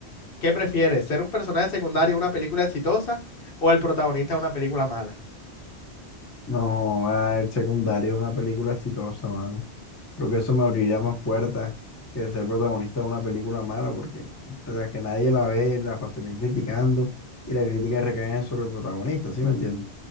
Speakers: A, on the left; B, on the left.
A: ¿qué prefieres? ¿Ser un personaje secundario en una película exitosa o el protagonista de una película mala?
B: No, ah, el secundario es una película exitosa, mano. Creo que eso me abriría más puertas que el ser protagonista de una película mala, porque tras que nadie la ve, la pasarían criticando y las críticas recaen sobre el protagonista, ¿sí me entiendes?